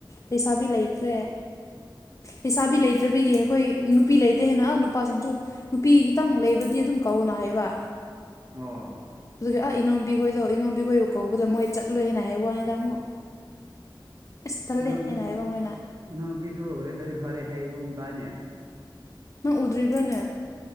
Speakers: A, on the left (about 35°); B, on the right (about 40°).
A: ꯂꯩꯁꯥꯕꯤ ꯂꯩꯇ꯭ꯔꯦ ꯂꯩꯁꯥꯕꯤ ꯂꯩꯇ꯭ꯔꯕꯌꯦ ꯑꯩꯈꯣꯏ ꯅꯨꯄꯤ ꯂꯩꯇꯦ ꯍꯦꯟꯅ ꯅꯨꯄꯥꯁꯤꯡꯁꯨ ꯅꯨꯄꯤ ꯈꯤꯇꯪ ꯂꯩꯕꯗꯤ ꯑꯗꯨꯝ ꯀꯧꯋꯅ ꯍꯥꯏꯕ
B: ꯑꯣ
A: ꯑꯗꯨꯒꯤ ꯑ ꯏꯅꯣꯝꯕꯤꯍꯣꯏꯗꯣ ꯏꯅꯣꯝꯕꯤ ꯍꯣꯏꯕꯨ ꯀꯧꯕꯗ ꯃꯣꯏ ꯆꯠꯂꯣꯏ ꯍꯥꯏꯅ ꯍꯥꯏꯕ ꯋꯥꯅꯤ ꯇꯥꯃꯣ ꯑꯁ ꯇꯜꯂꯦ
B: ꯅ-
A: ꯍꯥꯏꯅ ꯍꯥꯏꯕ ꯃꯣꯏꯅ
B: ꯅ ꯄꯁꯨ ꯍꯧ꯭ꯔꯦꯁꯨ ꯐꯔꯦ ꯍꯩꯕ ꯎꯝ ꯇꯥꯏꯅꯦ
A: ꯅꯪ ꯎꯗ꯭ꯔꯤꯕ꯭ꯔꯥꯅꯦ